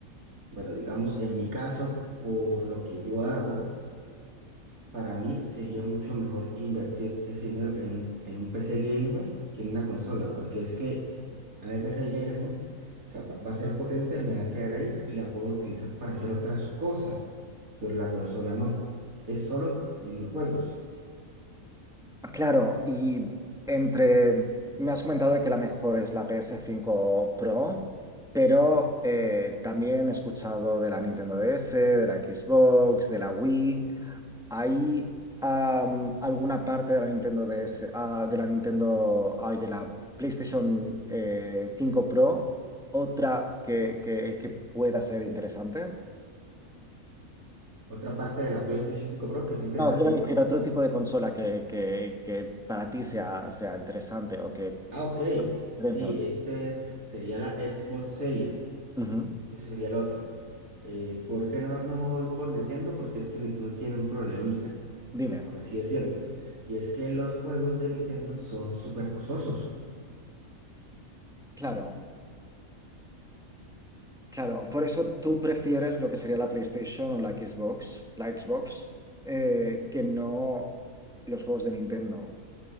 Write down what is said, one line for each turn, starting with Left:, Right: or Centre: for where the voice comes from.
Right: Bueno, digamos, en mi caso, por lo que yo hago, para mí sería mucho mejor invertir ese dinero en un, en un PC gamer que en una consola, porque es que a mí el PC gamer, o sea, va, va a ser potente, me va a quedar ahí y la puedo utilizar para hacer otras cosas, pero la consola no. Es solo videojuegos.
Centre: Claro, y entre, me has comentado de que la mejor es la ps cinco Pro, pero eh, también he escuchado de la Nintendo DS, de la Xbox, de la Wii. ¿Hay am, alguna parte de la Nintendo DS, ah, de la Nintendo, ay, de la PlayStation eh, 5 Pro, otra que, que- que pueda ser interesante?
Right: Otra parte de la PlayStation 5 Pro que es interesante
Centre: No, quiero decir, otro tipo de consola que, que- que para ti sea, sea interesante o que...
Right: Ah, ok.
Centre: diferencia.
Right: Sí, este es- sería la Xbox Series.
Centre: Ujú.
Right: Ese sería el otro. Eh, ¿por qué no, no me voy por Nintendo? Porque es que Nintendo tiene un problemita,
Centre: Dime,
Right: por así decirlo. Y es que los juegos de Nintendo son súper costosos.
Centre: claro, claro. Por eso tú prefieres lo que sería la PlayStation o la Xbox, la Xbox, eh, que no los juegos de Nintendo.